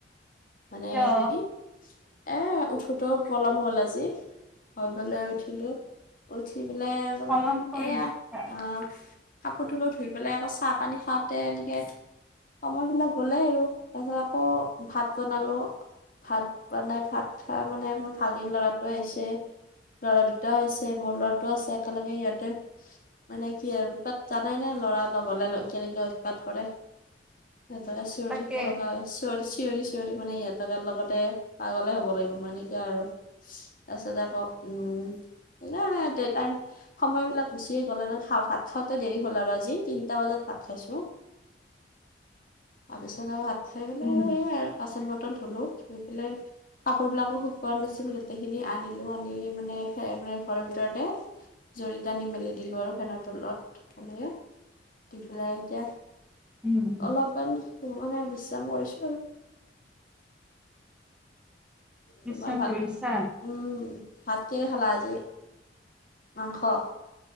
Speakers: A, on the left; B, in the centre.
A: মানে
B: কিয়
A: আৰু কি এ' উঠোতে পলম হ'ল আজি। হৈ পেলাই উঠিলো, উঠি পেলাই অলমান
B: পলম কৰিছা
A: এয়া অহ। কাপোৰ ধুলো ধুই পেলাই আকৌ চাহ পানী খাওঁতে এনেকে। সময় বিলাক গলেই আৰু তাৰপিছত আকৌ। ভাত বনালোঁ, ভাত বনাই ভাত। তাৰ মানে মোৰ ভাগিন ল'ৰাটো আহিছে। ল'ৰা দুটাও হৈছে মোৰ ল'ৰাটো আছে একেলগে ইহঁতে। মানে কি আৰু তাত জানাই নে ল'ৰা লগলে কেনেকে উৎপাত কৰে। এটা শেৰী
B: তাকে
A: বল শ <unintelligible> চিঞৰি - চিঞৰি মানে ইহঁতে থকাৰ লগতে পাগলে হ'ব লাগিব সেনেকে আৰু। তাৰপিছত আকৌ উম সেয়াই। সময় বিলাক গুচিয়ে গ'ল আৰু খা ভাত খাওঁতে দেৰি হ'ল আৰু আজি তিনিটা বজাত ভাত খাইছো। তাৰপিছত আৰু ভাত খাই। পেলাই
B: উম।
A: আৰু সেয়াই আৰু বাচন- বৰ্তন ধলো, ধুই পেলাই। কাপোৰবিলাকো শুকোৱা নাছিল গোটেইখিনি আনিলোঁ আনি মানে মানে ঘৰৰ ভিতৰতে। জৰিতানি মেলি দিলো আৰু ফেনৰ তলত এনেকে। দি পেলাই এতিয়া
B: উম
A: অলপমান মানে বিশ্ৰাম কৰিছো।
B: বিশ্ৰাম
A: তোমাৰ ভাল,
B: কৰিছা
A: উম ভাত কিহে খালা আজি মাংস।